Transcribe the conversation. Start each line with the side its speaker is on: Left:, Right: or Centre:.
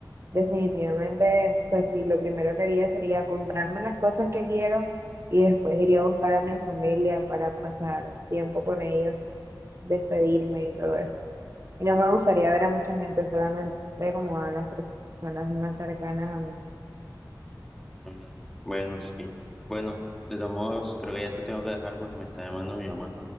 Right: definitivamente pues sí, lo primero que haría sería comprarme las cosas que quiero y después iría a buscar a mi familia para pasar tiempo con ellos, despedirme y todo eso. Y no me gustaría ver a mucha gente, solamente como a las personas más cercanas a mí.
Centre: Mm, Bueno, sí. Bueno, de todos modos, creo que ya te tengo que dejar porque me está llamando mi mamá.